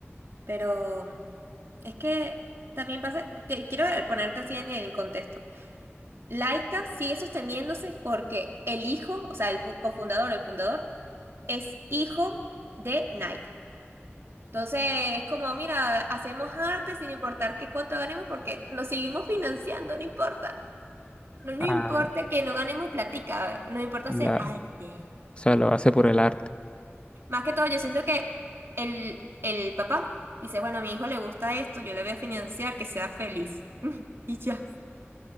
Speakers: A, on the right; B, on the left.
A: Pero es que también pasa, te quiero ponerte así en en contexto. Laika sigue sosteniéndose porque el hijo, o sea, el fu- cofundador, el fundador, es hijo de Nike. Entonces, es como, mira, hacemos arte sin importar qué cuánto ganemos porque nos seguimos financiando, no importa. No nos
B: Ah,
A: importa que no ganemos platica, nos importa
B: ya,
A: hacer arte.
B: o sea, lo hace por el arte.
A: Más que todo, yo siento que el, el papá dice, bueno, a mi hijo le gusta esto, yo le voy a financiar, que sea feliz. <laughs> Y ya.